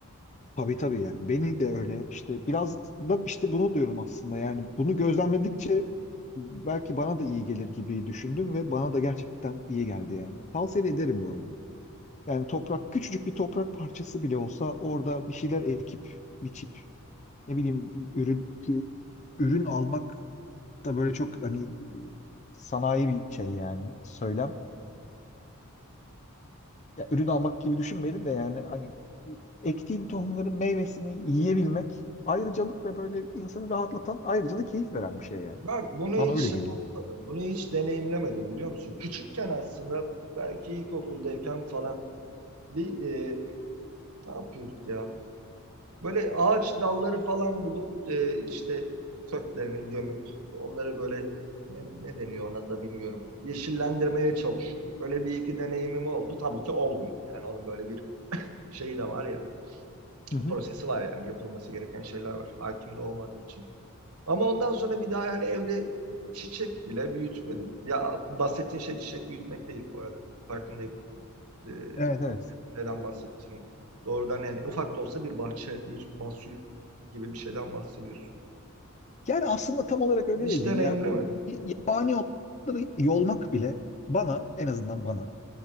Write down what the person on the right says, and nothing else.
Bak bunu hiç
şey
yapmadım, bunu hiç deneyimlemedim biliyor musun? Küçükken aslında belki ilkokuldayken falan bir e, ne yapıyorduk ya? Böyle ağaç dalları falan bulup e, işte köklerini gömüp onları böyle ne, ne deniyor ona da bilmiyorum. Yeşillendirmeye çalışıyorduk. Öyle bir iki deneyimim oldu. Tabii ki olmuyor. Yani onun böyle bir şeyi de var ya.
Prosesi var yani yapılması gereken şeyler var. Hakim de olmadığım için. Ama ondan sonra bir daha yani evde çiçek bile büyütmedim. Ya bahsettiğin şey çiçek büyütmek değil bu arada. Farkındayım e,
neden bahsettiğim doğrudan yani ufak da olsa bir bahçe, bir mahsul gibi bir şeyden bahsediyorsun.
E, hiç
deneyimlemedim.